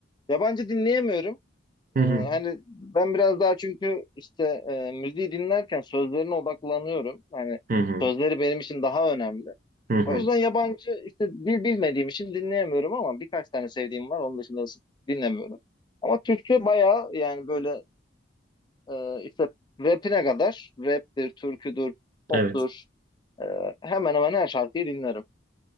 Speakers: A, on the left; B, on the right.
A: Yabancı dinleyemiyorum.
B: Hı
A: Ee,
B: hı
A: hani ben biraz daha çünkü işte e, müziği dinlerken sözlerine odaklanıyorum. Hani
B: hı hı
A: sözleri benim için daha önemli.
B: hı hı.
A: O yüzden yabancı işte dil bilmediğim için dinleyemiyorum ama birkaç tane sevdiğim var. Onun dışında dinlemiyorum. Ama Türkçe bayağı yani böyle e, işte rapine kadar raptir, türküdür, poptur.
B: Evet.
A: Ee, hemen hemen her şarkıyı dinlerim.